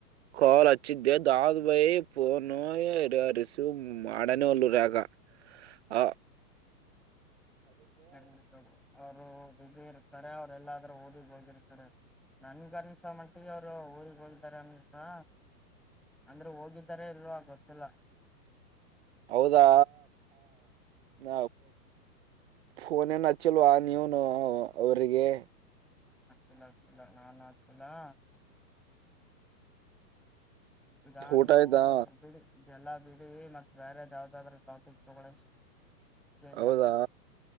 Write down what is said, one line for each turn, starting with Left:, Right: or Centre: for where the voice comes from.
Right: ಕಾಲ್ ಹಚ್ಚಿದ್ದೆ ದಾದ ಬೈ ಫೋನು ರಿಸೀವ್ ಮಾಡನ ಒಲ್ ರ ಆ
Centre: ಸರಿ ಅವರು ಬಸಿ ಇರ್ತಾರೆ ಅವ್ರ ಎಲ್ಲಾದ್ರೂ ಓದಿಗೆ ಹೋಗಿರ್ತಾರೆ ನನ್ಗನ್ಸ ಮತಿಗ ಅವರು ಊಗ್ ಹೋಗತಾರ ಅನಪ್ಪಾ ಅಂದ್ರೆ ಹೋಗಿದ್ದಿದ್ದಾರೆ ಇಲ್ವಾ ಗೊತ್ತಿಲ್ಲ
Right: ಹೌದಾ ನ ಫೋನ್ ಏನ್ ಹಚ್ಚಲ್ವಾ ನೀವನು ಅವ್ರಿಗೆ
Centre: ಹಕ್ಷಲಕ್ಷಲ ನಾನಾ ಆಕ್ಷಲಾ ಈಗ ನೀವು
Right: ಊಟ ಆಯ್ತಾ
Centre: ಅದ್ರ ಬಿಡಿ ಎಲ್ಲಾ ಬಿಡಿ ಮತ್ತ ಬೇರೆದ ಯಾವ್ದಾದ್ರ ಟಾಪಿಕ್ ತಗೊಳಿ ಇ
Right: ಹೌದಾ
Centre: ಮ